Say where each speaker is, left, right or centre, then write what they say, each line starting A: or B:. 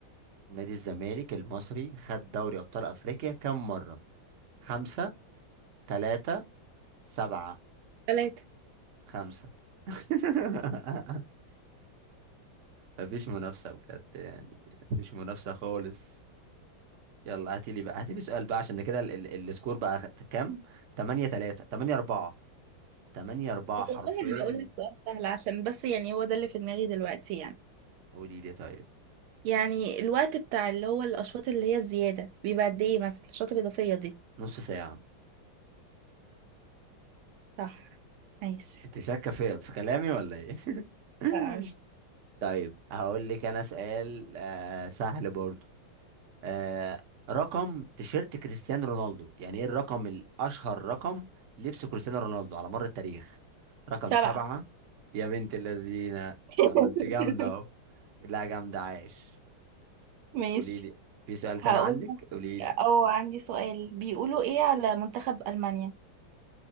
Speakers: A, on the right; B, on the right.
A: نادي الزمالك المصري خد دوري ابطال افريقيا كم مرة خمسة ثلاثة سبعة
B: ثلاثة
A: خمسة <laughs> مفيش منافسة بجد يعني مفيش منافسة خالص يلا هاتيلي بقى هاتيلي سؤال بقى عشان ده كده ال- ال- السكور بقى خ- كام 8 3 8 4 8 4
B: طب
A: حرفيا
B: والله انا هقول لك سؤال سهل عشان بس يعني هو ده اللي في دماغي دلوقتي يعني
A: قولي لي طيب
B: يعني الوقت بتاع اللي هو الاشواط اللي هي الزيادة بيبقى قد ايه مثلا الاشواط الاضافية دي
A: نص ساعة
B: صح ماشي
A: انت شاكة في في كلامي ولا ايه
B: لا
A: <laughs>
B: مش
A: طيب هقول لك انا سؤال آه سهل برضو آه رقم تيشيرت كريستيانو رونالدو يعني ايه الرقم الاشهر رقم لبس كريستيانو رونالدو على مر التاريخ رقم
B: سبعة
A: سبعة يا بنت اللذينة طب
B: <laughs>
A: ما انت جامدة اهو لا جامدة عايش
B: ماشي
A: قولي لي في سؤال
B: هقول
A: تاني عندك
B: لك
A: قولي لي
B: او عندي سؤال بيقولوا ايه على منتخب المانيا